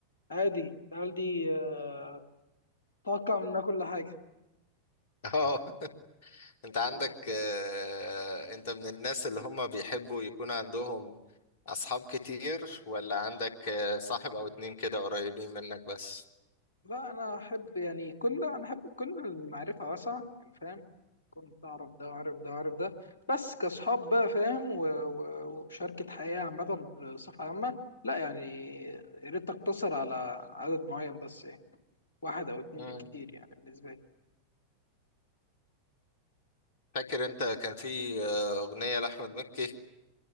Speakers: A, on the left; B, on the left.
A: عادي العيال دي آه توقع منها كل حاجة
B: <laughs> آه، انت عندك
A: والله
B: آه، انت من الناس اللي هم بيحبوا يكون عندهم أصحاب كتير ولا عندك آه، صاحب أو اتنين كده قريبين منك بس
A: لا انا احب يعني كل انا احب تكون المعرفه واسعه يعني فاهم كنت اعرف ده واعرف ده واعرف ده بس كاصحاب بقى فاهم و- و- ومشاركه حياه عامه بصفه عامه لا يعني يا ريت تقتصر على عدد معين بس يعني واحد او اتنين
B: مم.
A: بالكتير يعني بالنسبه لي
B: فاكر أنت كان في آه، أغنية لأحمد مكي